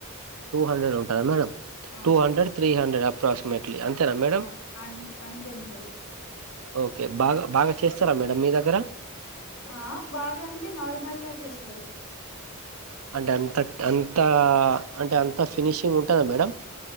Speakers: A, on the right (about 75°); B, on the left (about 80°).
A: టూ హండ్రెడ్ ఉంటదా మేడం
B: ఆ
A: two hundred three hundred approximate అంతేనా మేడం
B: ఆ అం అంతే ఉంటది
A: ఓకే బాగా బాగా చేస్తారా మేడమ్ మీ దగ్గర
B: ఆ బాగా అంటే నార్మల్ గా చేస్తారు
A: అంటే అంత అంత అంటే అంత ఫినిషింగ్ ఉంటదా మేడం